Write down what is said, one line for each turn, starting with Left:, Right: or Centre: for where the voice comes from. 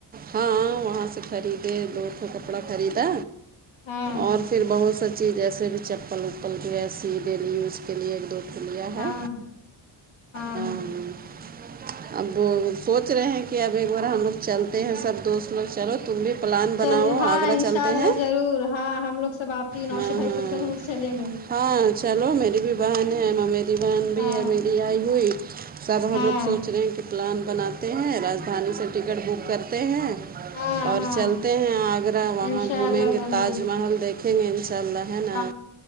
Right: ہاں وہاں سے خریدے بہت سا کا کپڑا خریدا
Left: ہاں
Right: اور پھر بہت سا چیز جیسے بھی چپل وپل کی ایسی ڈیلی یوز کے لیے ایک دو تو لیا ہے
Left: ہاں ہاں
Right: ہ
Left: ہاں
Right: <unintelligible> اب وہ سوچ رہے ہیں کہ اب ایک بار ہم لوگ چلتے ہیں سب دوست لوگ چلو تم بھی پلان بناؤ
Left: چلے ہاں
Right: آگرہ
Left: ان
Right: چلتے
Left: شاء اللہ
Right: ہیں
Left: ضرور ہاں ہم لوگ سب آپی نوشی
Right: ہاں
Left: بھائی
Right: ہاں
Left: سب سب ہم چلیں گے
Right: ہاں چلو میری بھی بہن ہے میری بہن
Left: ہاں
Right: بھی ہے میری آئی ہوئی سب ہم
Left: ہاں
Right: لوگ سوچ رہے ہیں کہ پلان بناتے ہیں راجدھانی سے ٹکٹ بک کرتے ہیں
Left: ہاں
Right: اور
Left: ہاں
Right: چلتے ہیں آگرہ وہاں
Left: انشاء
Right: گھومیں
Left: اللہ
Right: گے
Left: ضرور
Right: تاج محل دیکھیں گے انشاء اللہ ہے نا
Left: ہاں